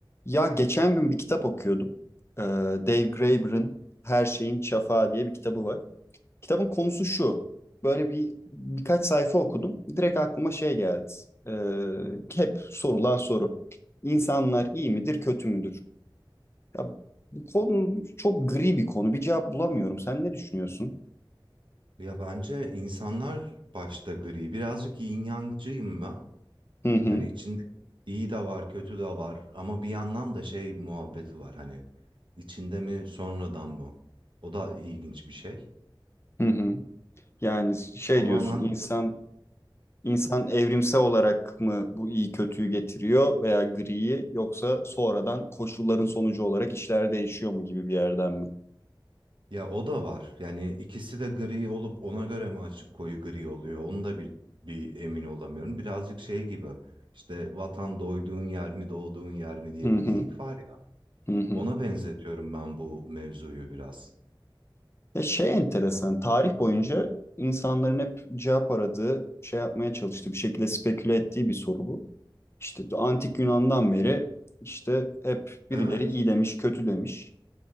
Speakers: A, on the left (about 30°); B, on the right (about 70°).
A: Ya geçen gün bir kitap okuyordum. Ee, Dave Graeber'ın Her Şeyin Çafağı diye bir kitabı var. Kitabın konusu şu. Böyle bir birkaç sayfa okudum. Direkt aklıma şey geldi. Ee, hep sorulan soru. İnsanlar iyi midir, kötü müdür? Ya, bu konu çok gri bir konu. Bir cevap bulamıyorum. Sen ne düşünüyorsun?
B: Ya bence insanlar başta gri. Birazcık yin yangcıyım ben.
A: Hı hı,
B: Yani içinde iyi de var, kötü de var. Ama bir yandan da şey muhabbeti var hani. içinde mi sonradan mı? O da ilginç bir şey.
A: hı hı. Yani şey
B: Tamamen
A: diyorsun, insan
B: t-
A: İnsan evrimsel olarak mı bu iyi kötüyü getiriyor veya griyi yoksa sonradan koşulların sonucu olarak işler değişiyor mu gibi bir yerden mi?
B: ya o da var. Yani ikisi de gri olup ona göre mi açık koyu gri oluyor? Onu da bir, bir emin olamıyorum. Birazcık şey gibi. İşte vatan doyduğun yer mi doğduğun yer mi diye
A: Hı
B: bir
A: hı,
B: geyik var ya.
A: hı hı.
B: Ona benzetiyorum ben bu mevzuyu biraz.
A: Ya şey enteresan, tarih boyunca insanların hep cevap aradığı, şey yapmaya çalıştığı, bir şekilde speküle ettiği bir soru bu. İşte antik Yunan'dan beri işte hep
B: Evet.
A: birileri iyi demiş, kötü demiş.